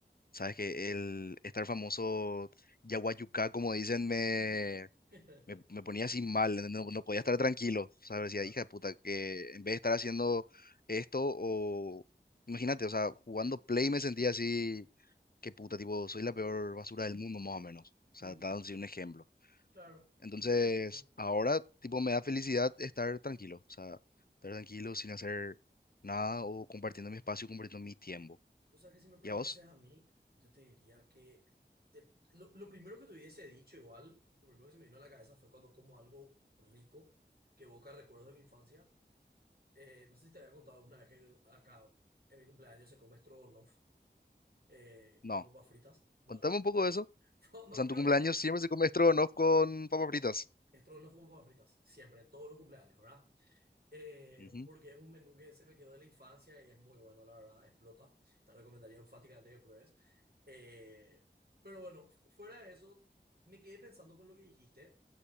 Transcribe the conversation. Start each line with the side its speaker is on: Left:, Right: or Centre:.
Left: sabes que el estar famoso Yaguayucá, como dicen, me,
Right: <laughs>
Left: me, me ponía así mal, ¿entendés? no, no podía estar tranquilo. O sea, decía,
Right: Claro.
Left: hija de puta, que en vez de estar haciendo esto o... Imagínate, o sea, jugando Play me sentía así, que puta, tipo, soy la peor basura del mundo, más o menos. O sea,
Right: Mm,
Left: dando así un ejemplo.
Right: claro,
Left: Entonces,
Right: entiendo el punto.
Left: ahora, tipo, me da felicidad estar tranquilo. O sea, estar tranquilo sin hacer nada o compartiendo mi espacio, compartiendo mi tiempo.
Right: O sea que si me preguntases
Left: ¿Y a vos?
Right: a mí, yo te diría que te- lo, lo primero que te hubiese dicho igual, lo primero que se me vino a la cabeza fue cuando como algo rico que evoca recuerdos de mi infancia. Eh, no sé si te había contado alguna vez que acá en mi cumpleaños se come stroganoff eh,
Left: No.
Right: con papas fritas. Bueno,
Left: Contame un poco de eso.
Right: <laughs> no,
Left: O sea, en
Right: creo
Left: tu cumpleaños
Right: que
Left: siempre se come estrogonoff con papas fritas.
Right: no, stroganoff con papas fritas, siempre, en todos los cumpleaños, ¿verdad? Eh,
Left: Ujú.
Right: porque es un menú que se me quedó de la infancia y es muy bueno, la verdad, explota. Te recomendaría enfáticamente que pruebes. Eh, pero bueno, fuera de eso, me quedé pensando con lo que dijiste